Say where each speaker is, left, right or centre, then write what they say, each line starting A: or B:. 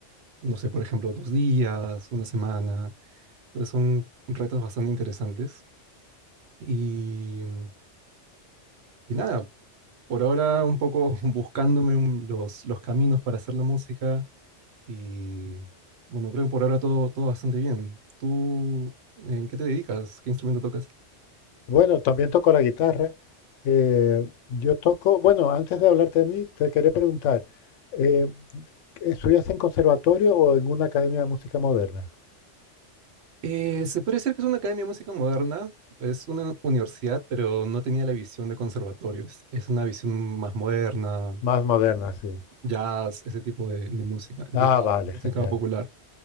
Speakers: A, on the right; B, on the left.
A: no sé, por ejemplo, dos días, una semana. Entonces son retos bastante interesantes. Y, y nada, por ahora un poco <laughs> buscándome un- los, los caminos para hacer la música y bueno, creo que por ahora todo, todo bastante bien. ¿Tú en qué te dedicas? ¿Qué instrumento tocas?
B: Bueno, también toco la guitarra. Eh, yo toco, bueno, antes de hablarte de mí, te quería preguntar. Eh, ¿Estudias en conservatorio o en una academia de música moderna?
A: Eh, se puede decir que es una academia de música moderna, es una universidad, pero no tenía la visión de conservatorio, es, es una visión más moderna,
B: Más moderna, sí.
A: jazz, ese tipo de, de música, jazz,
B: Ah, vale,
A: música
B: genial.
A: popular.